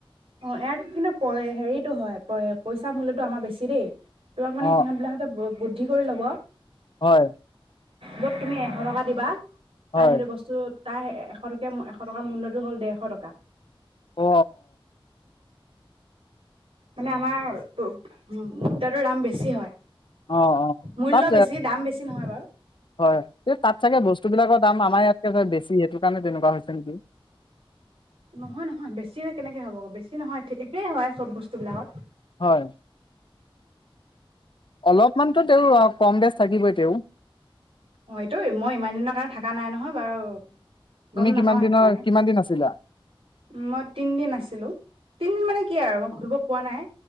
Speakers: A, on the right; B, on the left.
A: অ' ইয়াৰ কিন্তু প হেৰিটো হয়, পইচা মূল্যতো আমাৰ বেছি দেই। মানে
B: অ অ
A: সিহঁত বিলাকে বহুত বহুত কি কৰি ল'ব
B: হয়।
A: যত তুমি এশ টকা দিবা
B: হয়
A: তাৰ সেইটো বস্তু তাৰ এশ টকীয়া এশ টকাৰ মূল্যতো হ'ল ডেৰশ টকা।
B: অ
A: মানে আমাৰ মুদ্ৰাটোৰ দাম বেছি হয়।
B: অ অ
A: মূল্য
B: তাত
A: বেছি, দাম বেছি নহয় বাৰু।
B: হয় এই তাত চাগে বস্তু বিলাকৰ দাম আমাৰ ইয়াতকে বেছি সেইটো কাৰণে তেনেকুৱা হৈছে নেকি
A: নহয় নহয় বেছি কেনেকে হ'ব আ বেছি নহয় একেই হয় চব বস্তুবিলাকত
B: হয় অলপমানতো তেওঁৰ কম বেচ থাকিবই তেও
A: অ এইটো মই ইমান দিনৰ কাৰণে থকা নাই নহয় বাৰু গম
B: তুমি
A: নাপাওঁ
B: কিমান
A: সেইটো
B: দিনৰ
A: কাৰণে
B: কিমান দিন আছিলা
A: মই তিনদিন আছিলো তিনদিন মানে কি আৰু মই ঘূৰিব পোৱা নাই